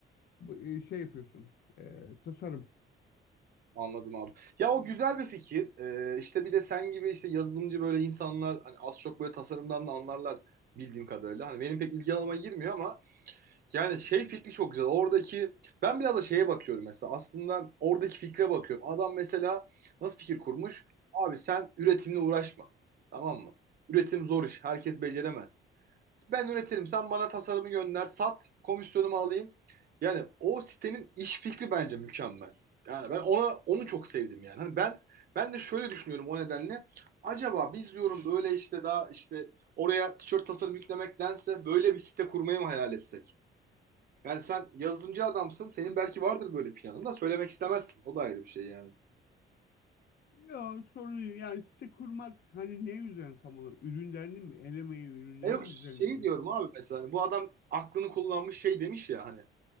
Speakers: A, on the left; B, on the right.
A: bu- e, şey yapıyorsun. E, tasarım.
B: Anladım abi. Ya o güzel bir fikir. Ee, işte bir de sen gibi işte yazılımcı böyle insanlar hani az çok böyle tasarımdan da anlarlar bildiğim kadarıyla. Hani benim pek ilgi alanıma girmiyor ama Yani şey fikri çok güzel. Oradaki ben biraz da şeye bakıyorum mesela. Aslında oradaki fikre bakıyorum. Adam mesela nasıl fikir kurmuş? Abi sen üretimle uğraşma. Tamam mı? Üretim zor iş. Herkes beceremez. Ben üretirim. Sen bana tasarımı gönder. Sat. Komisyonumu alayım. Yani o sitenin iş fikri bence mükemmel. Yani ben ona onu çok sevdim yani. Hani ben ben de şöyle düşünüyorum o nedenle. Acaba biz diyorum böyle işte daha işte oraya tişört tasarım yüklemektense böyle bir site kurmayı mı hayal etsek? Yani sen yazılımcı adamsın. Senin belki vardır böyle planın da söylemek istemezsin. O da ayrı bir şey yani.
A: Yok sorun değil. Yani site kurmak hani ne üzerine tam olarak? Ürünlerin mi? Elemeyi ürünlerin
B: Ya yok şeyi
A: üzerine mi?
B: diyorum abi mesela hani bu adam aklını kullanmış şey demiş ya hani